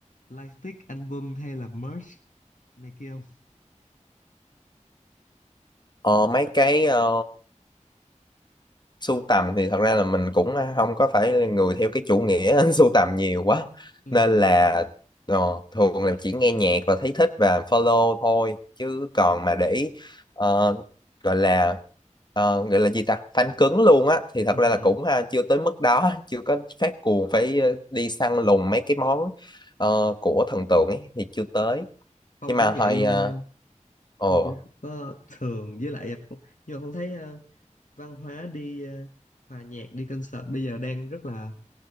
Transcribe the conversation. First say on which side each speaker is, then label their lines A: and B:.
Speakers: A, on the left; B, on the left.
A: lightstick album hay là merch này kia không?
B: ờ, mấy cái ờ, sưu tầm thì thật ra là mình cũng không có phải là người theo cái chủ nghĩa <laughs> sưu tầm nhiều quá
A: ừ
B: nên là ờ, thường là chỉ nghe nhạc và thấy thích và follow thôi chứ còn mà để ý, ờ, gọi là ờ, gọi là gì ta fan cứng luôn á thì thật
A: ừ
B: ra là
A: ừ
B: cũng ha, chưa tới mức đó <laughs> chưa có phát cuồng phải ờ, đi săn lùng mấy cái món ờ, của thần tượng ấy thì chưa tới
A: Phong
B: nhưng mà
A: cũng vậy
B: hồi
A: luôn
B: ờ, ồ
A: Phong cũng không có thường với lại Phong, nhưng mà Phong thấy ờ, văn hóa đi ờ, hòa nhạc đi concert bây giờ đang rất là